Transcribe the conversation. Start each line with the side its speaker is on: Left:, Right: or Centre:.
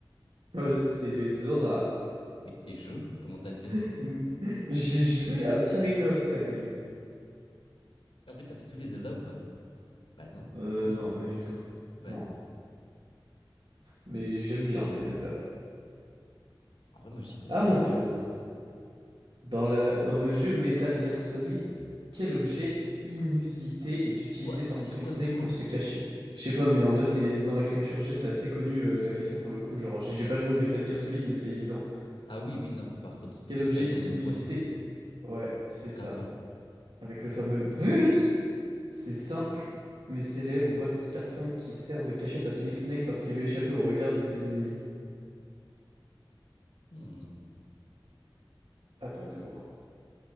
Right: Euh, c'est les auras.
Left: Mec, t'es chaud? Comment t'as fait?
Right: <laughs> J'ai joué à Ocarina of Time.
Left: En vrai, t'as fait tous les Zelda ou pas? Bah non.
Right: Euh,
Left: Non,
Right: non,
Left: du coup.
Right: pas du tout.
Left: Ouais.
Right: Non. Mais j'aime bien les Zelda.
Left: En vrai, moi, j'y connais
Right: À
Left: rien.
Right: mon tour.
Left: hein.
Right: Dans le, dans le jeu Metal Gear Solid, quel objet inusité est utilisé
Left: Ouah, ça
Right: par
Left: veut
Right: Solid
Left: dire quoi
Right: Snake
Left: ce mot?
Right: pour se cacher? Je sais pas, mais en vrai, c'est dans la culture G, c'est assez connu euh, la question pour le coup. Genre, j'ai j'ai pas joué au Metal Gear Solid, mais c'est évident.
Left: Ah oui, oui, non, par contre, c'est-
Right: Quel
Left: il
Right: objet
Left: se cache dans une
Right: inusité?
Left: boîte,
Right: est- Ouais, c'est
Left: un
Right: ça.
Left: carton.
Right: Avec le fameux Tut C'est simple, mais célèbre boîte de carton qui sert de cachette à Solid Snake lorsqu'il veut échapper au regard de ses ennemis.
Left: Hmm.
Right: À ton tour.